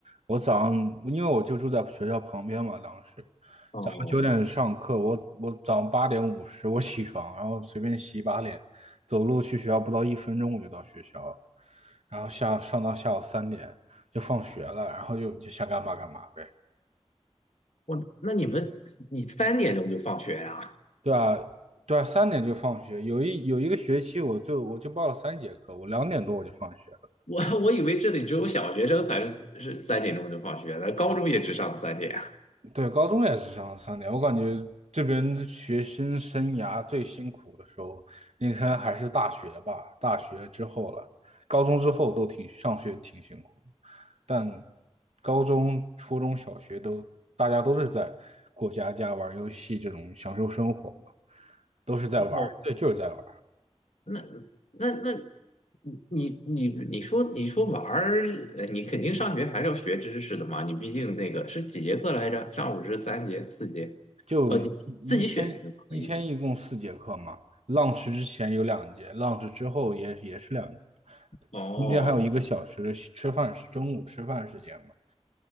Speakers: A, on the right; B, on the left.
A: 我早上因为我就住在学校旁边嘛，当时
B: 哦。
A: 早上九点上课，我我早上八点五十我起床，然后随便洗一把脸，走路去学校不到一分钟我就到学校了，然后下上到下午三点。就放学了，然后就就想干嘛干嘛呗。
B: 我那你们你三点钟就放学呀、
A: 对啊，对啊，三点就放学。有一有一个学期，我就我就报了三节课，我两点多我就放学了。
B: 我我以为这里只有小学生才是是三点钟就放学的，高中也只上三点。
A: 对，高中也是上三点。我感觉这边学生生涯最辛苦的时候，应该还是大学吧。大学之后了，高中之后都挺上学挺辛苦的，但高中、初中小学都大家都是在过家家、玩游戏这种享受生活嘛，都是在玩儿对，
B: 哦，
A: 就是在玩。
B: 那那那，你你你说你说玩儿，呃你肯定上学还是要学知识的嘛？你毕竟那个是几节课来着？上午是三节、四节，
A: 就一天一天一共四节课嘛，lunch
B: 呃，你自己选就可以。
A: 之前有两节，lunch 之后也也是两节，
B: 哦
A: 中间还有一个小时的吃饭时，中午吃饭时间嘛。